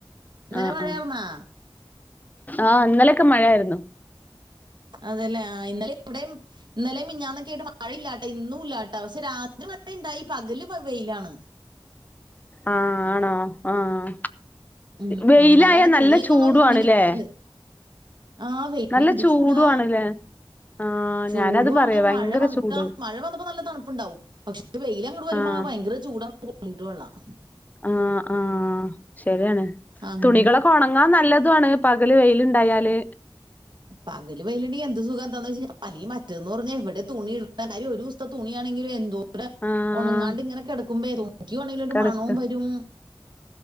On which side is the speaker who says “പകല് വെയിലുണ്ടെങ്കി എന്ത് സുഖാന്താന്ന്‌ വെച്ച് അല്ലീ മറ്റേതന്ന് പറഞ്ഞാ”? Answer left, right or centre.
Right